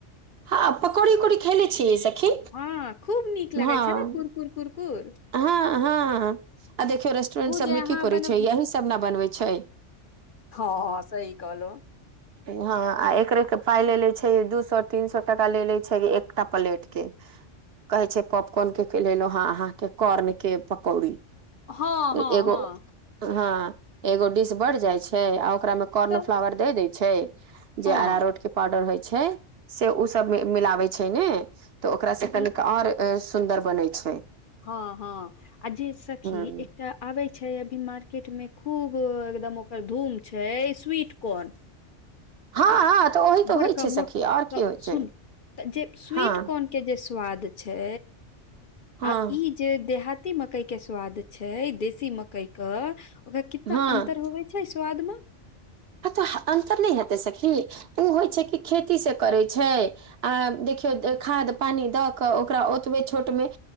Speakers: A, on the right; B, on the left.
A: हँ पकौड़ी उकौड़ी खैले छियै सखी
B: हँ खूब नीक लगै
A: हँ
B: छै न कुर कुर कुर कुर
A: हँ हँ आ देखियौ रेस्टोरेंट
B: ओ
A: सब
B: जे
A: मे
B: अहाँ
A: की करै
B: बन
A: छै यही सब न बनबै छै
B: हँ सही कहलों
A: हँ आ एकरो के पाय लेले छै दू सए तीन सए टाका लेले छै एकटा प्लेट के कहे छै पॉपकॉर्न के खिलेलों हँ अहाँके कॉर्न के पकौड़ी।
B: हँ
A: एगो
B: हँ हँ
A: हँ एगो डिश बढ़ जाइ छै आ ओकरा मे कॉर्न
B: तऽ
A: फ्लावर दे दैय छै।
B: हँ
A: जे अरारोट के पाउडर होइ छै से ओ सब मिलाबै छै ने त ओकरा से
B: ई
A: कनिक आओर सुन्दर बनै छै।
B: हँ हँ आ जे सखी
A: ह
B: एकटा आबै छै अभी मार्केट मे खूब एकदम ओकर धूम छै स्वीट कॉर्न
A: हँ हँ तऽ ओही तऽ
B: बड़का
A: होइ छै
B: मोटका
A: सखी आओर की होइ छै
B: सुन। त जे स्वीट
A: हँ
B: कॉर्न के जे स्वाद छै
A: हँ
B: आ इ जे देहाती मकई के स्वाद छै देशी मकई के ओकरा कितना
A: हँ
B: अंतर होवे छै स्वादमे
A: आ तो अंतर नहि हेते सखी ओ होइ छै कि खेती से करे छै। आ देखियौ खाद पानि द क ओकरा ओतबे छोटमे